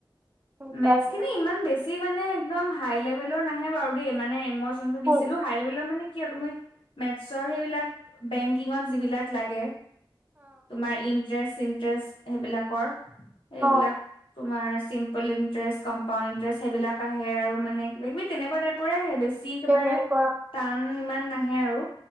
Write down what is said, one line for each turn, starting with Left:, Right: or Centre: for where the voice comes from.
Right: সেইকাৰণে
Left: মেথছ খিনি ইমান বেছি মানে একদম হাই লেভেলৰ নাহে বাৰু দেই মানে ময়ছ যোনটো
Right: অ
Left: দিছিলো হাই লেভেলৰ মানে কি আৰু তুমি মেতচৰ সেইবিলাক বেংকিঙত যিবিলাক লাগে তোমাৰ ইং- টেছ ইনট্ৰেছ সেইবিলাকৰ সেইবিলাক
Right: অ
Left: কুমাৰ চিম- ইণ্টেৰেষ্ট কম্পাউণ্ড ইণ্টেৰেষ্ট সেইবিলাক আহে আৰু মানে কিবাকিবি তেনেকুৱা টাইপৰে আহে বেছি- একেবাৰে
Right: তেনেকুৱা
Left: টান ইমান নাহে আৰু।